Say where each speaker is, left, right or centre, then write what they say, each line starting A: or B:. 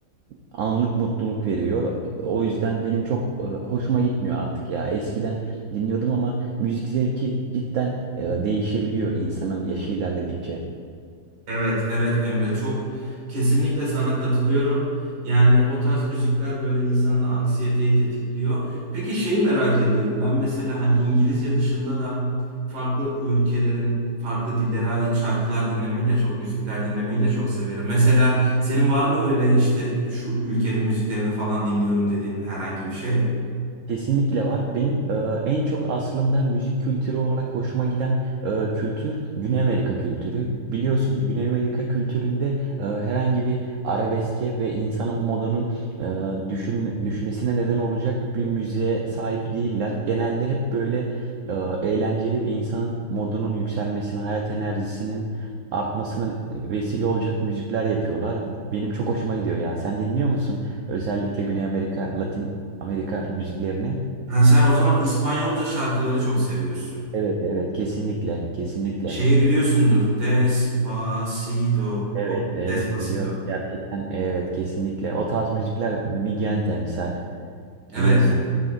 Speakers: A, on the right; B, on the right.
A: anlık mutluluk veriyor. O yüzden benim çok e, hoşuma gitmiyor artık ya. Eskiden dinliyordum ama müzik zevki cidden e, değişebiliyor insanın yaşı ilerledikçe.
B: Evet, evet Emre çok kesinlikle sana katılıyorum. Yani o tarz müzikler böyle insanda anksiyeteyi tetikliyor. Peki şeyi merak ediyorum. Ben mesela hani İngilizce dışında da farklı ülkelerin farklı dillere ait şarkılar dinlemeyi de çok, müzikler dinlemeyi de çok severim. Mesela senin var mı öyle işte şu ülkenin müziklerini falan dinliyorum dediğin herhangi bir şey?
A: Kesinlikle var. Benim e, en çok aslında müzik kültürü olarak hoşuma giden e, kültür Güney Amerika kültürü. Biliyorsun Güney Amerika kültüründe e, herhangi bir arabeske ve insanın modunun e, düşülme- düşmesine neden olacak bir müziğe sahip değiller. Genelde hep böyle e, eğlenceli ve insanın modunun yükselmesine, hayat enerjisinin artmasına vesile olacak müzikler yapıyorlar. Benim çok hoşuma gidiyor ya. Sen dinliyor musun? Özellikle Güney Amerika, Latin Amerika müziklerini.
B: Ha, sen o zaman İspanyolca şarkıları çok seviyorsun.
A: Evet evet kesinlikle kesinlikle.
B: Şeyi biliyorsundur. Despacito.
A: Evet
B: O Despacito.
A: evet biliyorum gerçekten evet kesinlikle. O tarz müzikler Migente misal
B: Evet.
A: biliyorsun.